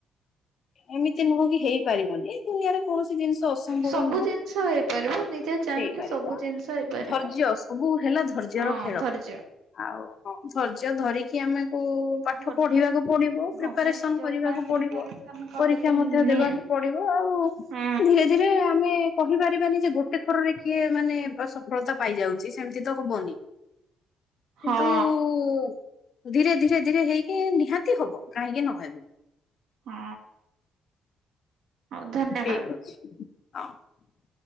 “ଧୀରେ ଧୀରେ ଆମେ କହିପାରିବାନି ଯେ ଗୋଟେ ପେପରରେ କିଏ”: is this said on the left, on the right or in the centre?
Left